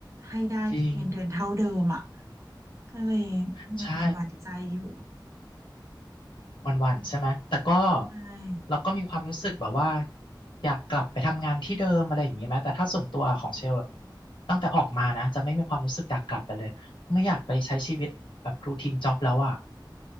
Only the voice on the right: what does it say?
ให้ได้เงินเดือนเท่าเดิมอ่ะ
ก็เลย
ยังหวั่นหวั่นใจอยู่
ใช่